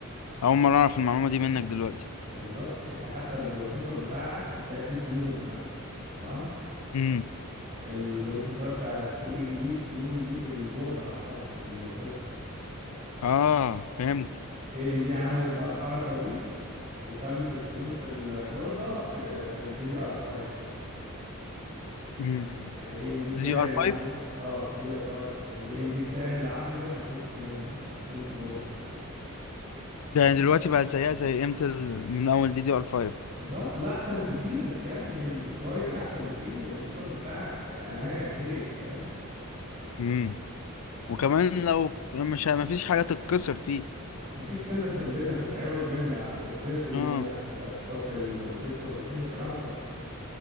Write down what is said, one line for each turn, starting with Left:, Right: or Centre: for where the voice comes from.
Left: اول مرة اعرف المعلومة دي منك دلوقتي
Right: بالظبط انت حتى البروسيسور بتاعك هتلاقي فيه سنون نفسه تمام
Left: امم
Right: البروسيسورات بتاعت اي ام دي السنون دي في البوردة نفسها مش في البروسيسور
Left: اه فهمت
Right: اي ام دي عملت بقى الحركة دي وخلت السنون في البوردة في في الدي دي ار 5
Left: امم
Right: يعني اي ام دي بتاعي
Left: دي دي ار
Right: اللي
Left: 5
Right: اه عندي ده اه في الدي دي ار 5 يعني اي ام دي بتاعي اللي عندي ده ما فيهوش سنون سنون في البوردة
Left: ده دلوقتي بقى زيها زي انتل من اول دي دي ار 5
Right: بالظبط وده احسن كتير يا ابني الكواليتي احسن بكتير البروسيسور بتاعك امان سيف فاهم
Left: امم وكمان لو مش ما فيش حاجة تتكسر فيه
Right: مفيش سنة بينا تتعوج بينا تت- تدني
Left: اه
Right: منك وانت بتحط البروسيسور مفيش الكلام ده بقى